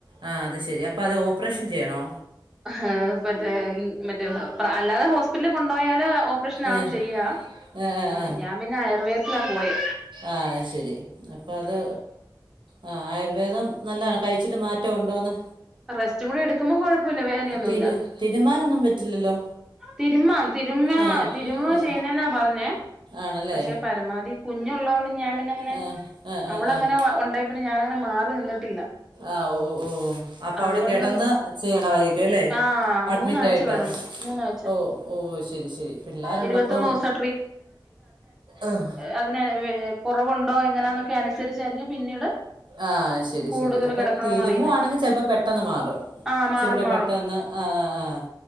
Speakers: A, on the right (about 75°); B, in the centre.
A: ആഹ് അത് ശെരി അപ്പൊ അത് ഓപ്പറേഷൻ ചെയ്യണോ?
B: അഹാ മറ്റേ ഇൻ മറ്റേ പ്രാ അല്ലാതെ ഹോസ്പിറ്റലി കൊണ്ടോയാല് ഓപ്പറേഷനാണ്
A: ഏ,
B: ചെയ്യാ.
A: ആ ആ
B: ആഹ്
A: ആ
B: ഞാൻ പിന്നെ ആയുർവേദത്തിലാ പോയേ.
A: അഹ് ശരി അപ്പ അത് ആഹ് ആയുർവേദം നല്ലതാണ് കഴിച്ചിട്ട് മാറ്റം ഉണ്ടോന്ന്
B: റസ്റ്റും കൂടി എടുക്കുമ്പം കൊഴപ്പമില്ല വേനയൊന്നു
A: തിരു
B: ഇല്ല
A: തിരുമാനൊന്നും പറ്റില്ലല്ലോ
B: തിരുമ്മാം തിരുമ്മ
A: ആ
B: തിരുമ
A: ആ
B: ചെയ്യുന്നെന്നാ പറഞ്ഞേ
A: ആണല്ലേ
B: പക്ഷെ പരമാവധി കുഞ്ഞുള്ളോണ്ട് ഞാൻ പിന്നെ അങ്ങനെ
A: ആ ആ ആ
B: അവളങ്ങനെ
A: ആ
B: ഉണ്ടായി പിന്നെ ഞാനങ്ങനെ മാറി നിന്നിട്ടില്ല.
A: ആഹ് ഓഹ് ഓഹ് അപ്പൊ
B: അതുകൊണ്ട്
A: അവിടെ കിടന്ന് ചെയ്യണമായിരിക്കും അല്ലെ
B: ആ
A: അഡ്മിറ്റ്
B: മൂന്നാഴ്ച
A: ആയിട്ട്
B: വേണന്ന് മൂന്നാഴ്ച
A: ഓഹ് ഓഹ് ശരി ശരി പിള്ളേരുള്ളപ്പം
B: ഇരുപത്തൊന്ന് ദിവസം
A: ആഹ്
B: അതിനെ വേ കുറവുണ്ടോ എങ്ങനാന്നൊക്കെ അനുസരിച്ചായിരിക്കും പിന്നീട്
A: ആഹ് ശരി
B: കൂടുതൽ
A: ശരി. അപ്പം
B: കിടക്കണോന്ന്
A: തിരുമ്മുവാണെങ്കിൽ
B: അറിയുന്നേ
A: ചിലപ്പോ പെട്ടെന്ന് മാറും.
B: ആഹ്
A: ഇച്ചിരിരൂടെ
B: മാറും മാറും
A: പെട്ടെന്ന് ആഹ് ആഹ്